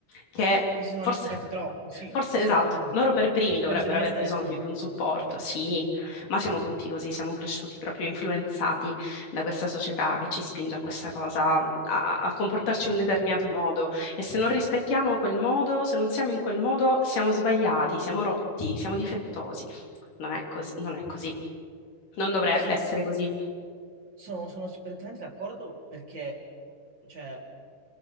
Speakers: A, on the left; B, on the right.
A: che
B: si sono
A: forse,
B: limitati troppo, sì,
A: forse
B: assolutamente.
A: esatto, loro per primi
B: Penso
A: dovrebbero
B: di me
A: aver
B: stesso
A: bisogno
B: io.
A: di un supporto,
B: <laughs>
A: sì, ma siamo tutti così, siamo cresciuti proprio influenzati da questa società che ci spinge a questa cosa, a, a comportarci in un determinato modo e se non rispettiamo quel modo, se non siamo in quel modo, siamo sbagliati, siamo rotti, siamo difettosi. Non è così, non è così. Non dovrebbe
B: Sì,
A: essere così.
B: Sono, sono perfettamente d'accordo perché, cioè,